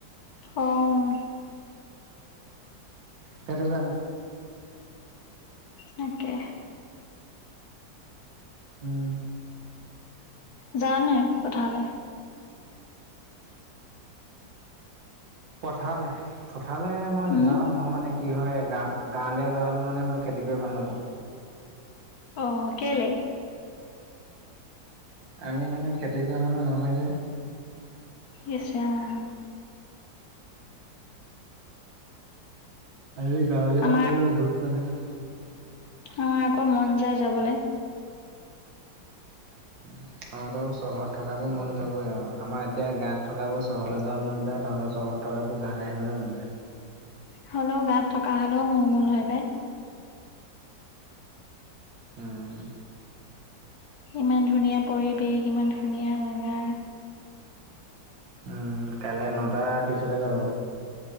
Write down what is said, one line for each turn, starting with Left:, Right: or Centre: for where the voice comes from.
Left: অ'
Right: সেইটোকাৰণে।
Left: তাকে।
Right: উম।
Left: যাৱনে পথাৰলে?
Right: পথাৰলে পথাৰলে মই নাযাও,
Left: উম
Right: মই মানে কি হয় গা গাঁৱলীয়া ল'ৰা হলেও মানে মই খেতি কৰি ভাল নাপাওঁ।
Left: অ' কেলে?
Right: আমি মানে খেতি কৰা মানুহ নহয় যে।
Left: ইছ ৰাম।
Right: আমি গাঁৱলীয়া
Left: আমাৰ
Right: মানুহ <unintelligible> ধোদ মানুহ।
Left: আমাৰ আকৌ মন যায় যাবলে।
Right: <inaudible> তহঁতৰ চহৰত থকাবোৰ মন যাবই আউ, আমাৰ এতিয়া গাঁৱত থকাবোৰ চহৰলৈ যাব মন যায়, তহঁতৰ চহৰত থকাবোৰ গাঁৱলে আহিবলে মন যায়।
Left: হ'লেও গাঁৱত থকা হ'লেও মন গ'ল হয় পায়।
Right: উম।
Left: ইমান ধুনীয়া পৰিৱেশ, ইমান ধুনীয়া জাগা।
Right: উম কাইলে নটা ত্ৰিশতে যাব।